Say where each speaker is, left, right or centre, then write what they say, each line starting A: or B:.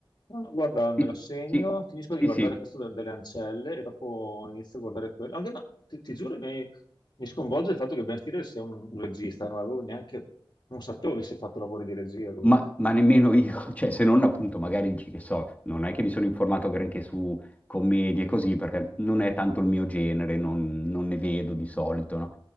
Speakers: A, on the left; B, on the left.
A: No, no, guarda, me
B: Sì,
A: lo segno,
B: sì,
A: finisco
B: sì,
A: di guardare
B: sì.
A: questo del- delle ancelle e dopo inizio a guardare quello. Anche, ma ti, ti giuro, mi, mi sconvolge il fatto che Ben Stiller sia un, un regista, non avevo neanche, non sapevo avesse fatto lavori di regia lui.
B: Ma, ma nemmeno io, <laughs> cioè se non appunto magari dici che so, non è che mi sono informato granché su commedie e così, perché non è tanto il mio genere, non, non ne vedo di solito, no?